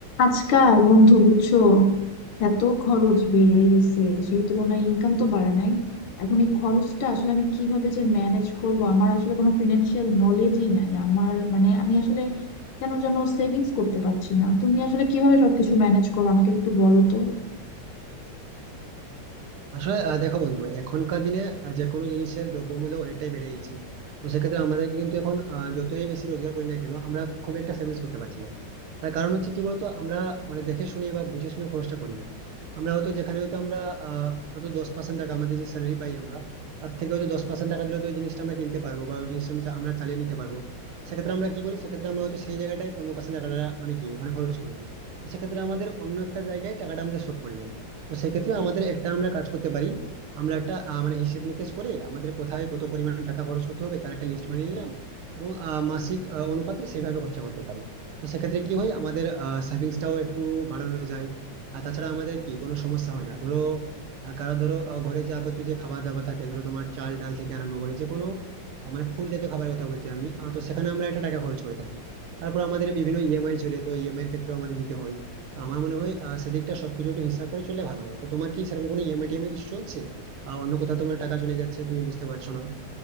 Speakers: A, on the left; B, on the right.
A: আজকাল বন্ধু বুঝছো এত খরচ বেড়ে গেছে সেই তুলনায় ইনকাম তো বাড়ে নাই এখন এই খরচটা আসলে আমি কিভাবে যে ম্যানেজ করব আমার আসলে কোনো ফিনান্সিয়াল নলেজই নাই আমার মানে আমি আসলে কেন যেন সেভিংস করতে পারছি না তুমি আসলে কিভাবে সবকিছু ম্যানেজ করো আমাকে একটু বলো তো
B: আসলে আহ, দেখো বন্ধু এখনকার দিনে আহ, যে কোনো জিনিসের দ্রব্যমূল্য অনেকটাই বেড়ে গেছে তো সেক্ষেত্রে আমাদের কিন্তু এখন আহ, যতই বেশি রোজগার করি না কেন আমরা খুব একটা সেভিংস করতে পারছি না তার কারণ হচ্ছে কি বলতো আমরা মানে দেখে শুনে বা বুঝে শুনে খরচটা করি না আমরা হয়তো যেখানে হয়তো আমরা আহ হয়তো দশ পার্সেন্ট টাকা আমাদের যে স্যালারি পাই আমরা তার থেকে হয়তো দশ পার্সেন্ট টাকা দিলে তো ওই জিনিসটা আমরা কিনতে পারবো বা ওই জিনিসটা আমি চা- আমরা চালিয়ে নিতে পারবো সেক্ষেত্রে আমরা কি করি সেক্ষেত্রে আমরা হয়তো সেই জায়গাটায় পনেরো পার্সেন্ট টাকাটা মানে কি ওখানে খরচ করে দিই তো সেক্ষেত্রে আমাদের অন্য একটা জায়গায় টাকাটা আমাদের শর্ট পড়ে যায় তো সেক্ষেত্রে আমাদের একটা আমরা কাজ করতে পারি আমরা একটা আহ, মানে হিসেব নিকেশ করে আমাদের কোথায় কত পরিমাণ টাকা খরচ করতে হবে তার একটা লিস্ট বানিয়ে নিলাম এবং আহ, মাসিক আহ, অনুপাতে সেইভাবে খরচা করতে পারি তো সেক্ষেত্রে কি হয় আমাদের সেভিংসটাও একটু বাড়ানো যায় আর তাছাড়া আমাদের কি কোনো সমস্যা হয় না ধরো আহ, কারো ধরো আহ, ঘরে যাবতীয় যে খাবার দাবার থাকে ধরো তোমার চাল ডাল থেকে আরম্ভ করে যে কোনো আহ, মানে ফুড জাতীয় খাবারের কথা বলছি আমি আহ, তো সেখানে আমরা একটা টাকা খরচ করে থাকি তারপর আমাদের বিভিন্ন ইএমআই চলে তো ইএমআই এর ক্ষেত্রেও আমাদের দিতে হয় তো আমার মনে হয় আহ, সেদিকটা সবকিছু একটু হিসাব করে চললে ভালো হয় তো তোমার কি সেরকম কোনো ইএমআই টিএমআই কিছু চলছে আর অন্য কোথাও তোমার টাকা চলে যাচ্ছে তুমি বুঝতে পারছো না